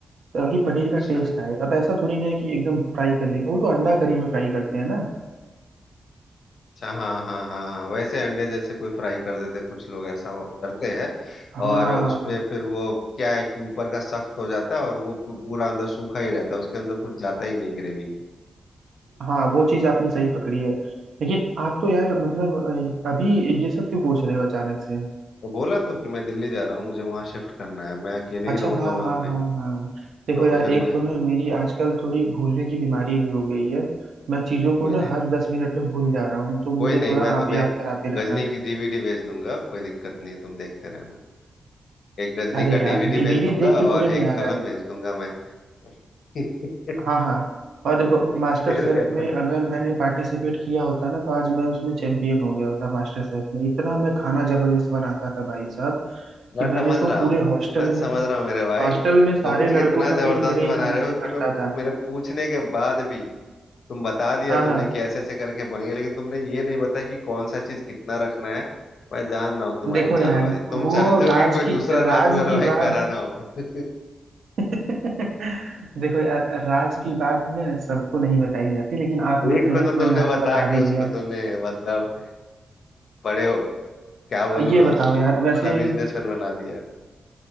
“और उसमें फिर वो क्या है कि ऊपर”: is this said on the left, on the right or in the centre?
Left